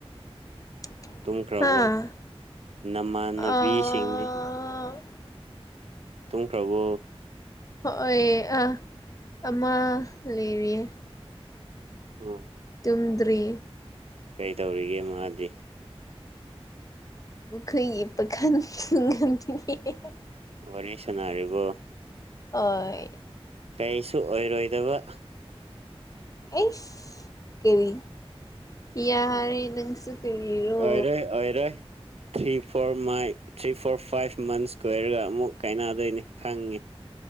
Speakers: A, on the left (about 35°); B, on the right (about 80°).
A: ꯍꯥ
B: ꯇꯨꯝꯈ꯭ꯔꯕꯣ
A: ꯑꯥ ꯑ
B: ꯅꯃꯥꯟꯅꯕꯤꯁꯤꯡꯗꯤ
A: ꯑꯥ
B: ꯇꯨꯝꯈ꯭ꯔꯕꯣ
A: ꯍꯣꯏ ꯑꯥ ꯑꯃ ꯂꯩꯔꯤꯌꯦ
B: ꯑꯣ
A: ꯇꯨꯝꯗ꯭ꯔꯤ
B: ꯀꯩ ꯇꯧꯔꯤꯒꯦ ꯃꯥꯗꯤ
A: <unintelligible>
B: ꯋꯥꯔꯤ ꯁꯥꯟꯅꯔꯤꯕꯣ
A: ꯍꯣꯏ
B: ꯀꯩꯁꯨ ꯑꯣꯏꯔꯣꯏꯗꯕ
A: ꯑꯦꯁ ꯀꯦꯔꯤ ꯌꯥꯔꯦ ꯅꯪꯁꯨ ꯀꯔꯤꯔꯣ
B: ꯑꯣꯏꯔꯣꯏ ꯑꯣꯏꯔꯣꯏ ꯊ꯭ꯔꯤ ꯐꯣꯔ ꯃꯥꯏ ꯊ꯭ꯔꯤ ꯐꯣꯔ ꯐꯥꯏꯚ ꯃꯟꯁ ꯀꯣꯌꯏꯔꯒ ꯑꯃꯨꯛ ꯀꯥꯏꯅꯗꯣꯏꯅꯤ ꯈꯪꯉꯤ